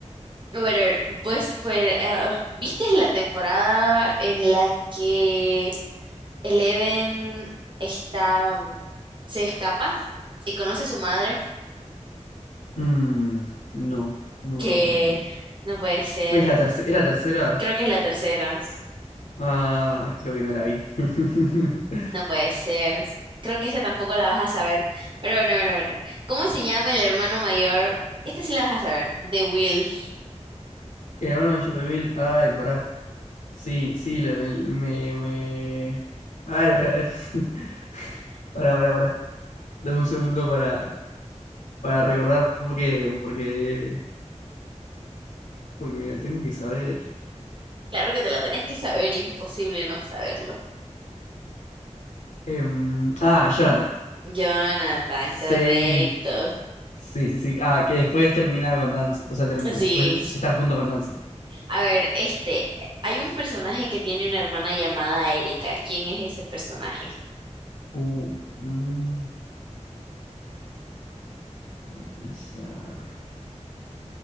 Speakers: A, on the right; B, on the left.
A: Bueno, a ver, pues, pues, eh, ¿viste la temporada en la que Eleven está, mm, se escapa y conoce a su madre?
B: Mm, no, no
A: Que
B: me acuerdo de eso.
A: no puede ser.
B: ¿Cuál es la tercera? ¿Era tercera?
A: Creo que es la tercera.
B: Ah, creo que no la vi. <laughs>
A: No puede ser. Creo que esta tampoco la vas a saber. Pero bueno, bueno, bueno. ¿Cómo se llama el hermano mayor? Esta sí la vas a saber. De Will.
B: El hermano mayor de Bill. Ay, pará. Sí, sí, lo- me, me, me- Ay, deja. <laughs> Pará, pará, pará. Dame un segundo para, para recordar porque, porque Porque mira, tengo que saber.
A: Claro que te la tenés que saber. Imposible no saberlo.
B: Em, ah, Jonathan.
A: Jonathan,
B: Sí,
A: correcto.
B: sí, sí, sí. Ah, que después termina con Dancy. O sea, termina.
A: Sí.
B: Después está junto con Dancy.
A: A ver, este. Hay un personaje que tiene una hermana llamada Erika. ¿Quién es ese personaje?
B: Uh, mm, déjame pensar.